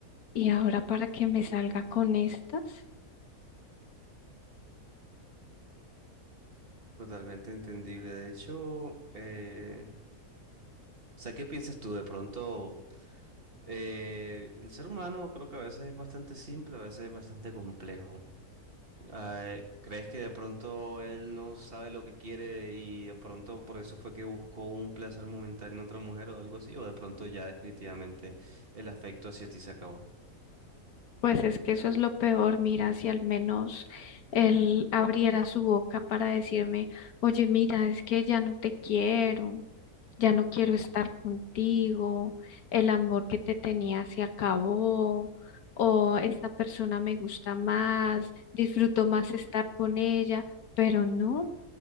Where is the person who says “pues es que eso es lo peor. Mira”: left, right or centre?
Left